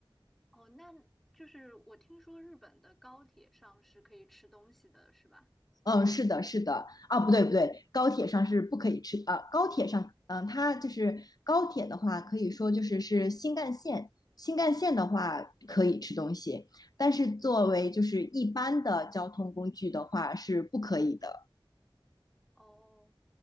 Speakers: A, in the centre; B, on the left.
A: 哦，那就是我听说日本的高铁上是可以吃东西的，是吧？
B: 嗯，是的，是的，啊，不对，不对，高铁上是不可以吃啊。高铁上，嗯，它就是高铁的话，可以说就是是新干线，新干线的话可以吃东西，但是作为就是一般的交通工具的话是不可以的。
A: 哦，